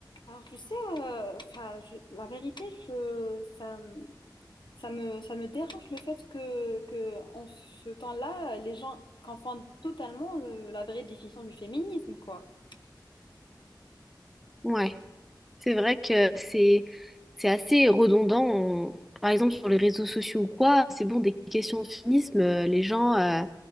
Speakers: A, on the left (about 80°); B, in the centre.
A: Alors, tu sais, euh, 'fin, je- la vérité, je, ça, me- ça me, ça me dérange le fait que, que en ce temps-là, les gens confondent totalement le- la vraie définition du féminisme, quoi.
B: Ouais, c'est vrai que c'est c'est assez redondant. On- Par exemple, sur les réseaux sociaux ou quoi, c'est bon, des questions de féminisme, euh, les gens, euh,